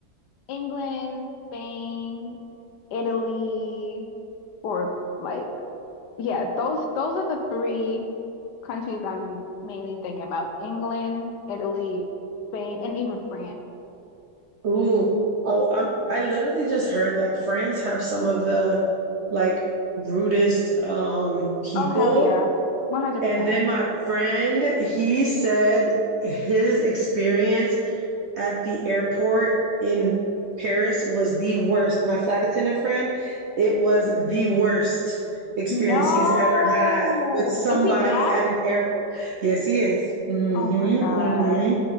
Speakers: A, on the left; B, on the right.
A: England, Spain, Italy, or like yeah, those those are the three countries I'm mainly thinking about. England, Italy, Spain, and even France.
B: Ooh, oh, I'm. I literally just heard that France have some of the like rudest um people.
A: Oh hell yeah. 100%.
B: And then my friend, he said his experience at the airport in Paris was the worst. My flight attendant friend, it was the worst experience
A: No.
B: he's ever had with somebody
A: Is he black?
B: at an airport. Yes, he is. Mm-hmm,
A: Oh my God.
B: mm-hmm.